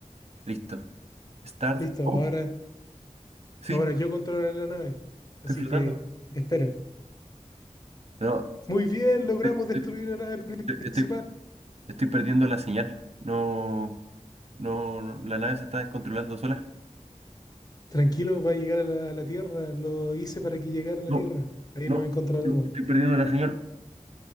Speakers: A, on the right; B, on the left.
A: Listo. Start.
B: Listo,
A: Oh,
B: ahora,
A: sí,
B: ahora yo controlaré la nave,
A: estoy
B: así
A: flotando.
B: que espera.
A: No,
B: Muy bien, logramos
A: te-
B: destruir
A: te-
B: la nave
A: te- estoy,
B: principal.
A: estoy perdiendo la señal. No, no, no, la nave se está descontrolando sola.
B: Tranquilo, va a llegar a la, a la Tierra, lo hice para que llegara a la
A: No,
B: Tierra. Ahí
A: no,
B: nos encontraremos.
A: no, estoy perdiendo la señal.